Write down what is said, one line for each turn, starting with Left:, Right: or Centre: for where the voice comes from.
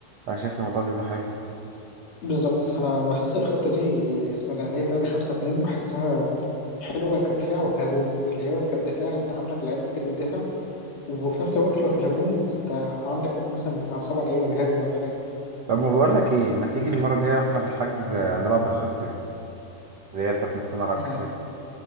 Right: أنا شايف الموضوع بيبقى حلو
Left: بالظبط أنا بحس الخطة دي اسمها ده اللي هي 3 5 2 بحسها حلوة كدفاع وكهجوم اللي هو كدفاع أنت عندك لعيبة كتير بتدافع وفي نفس الوقت لو في الهجوم أنت عندك مثلا بتاع سبع لعيبة بيهاجموا ولا حاجة
Right: طب ما بقولك إيه ما تيجي المرة الجاية وإحنا في الحجز آه، نلعب بالخطة دي اللي هي بتاعت نص الملعب
Left: يعني
Right: كتير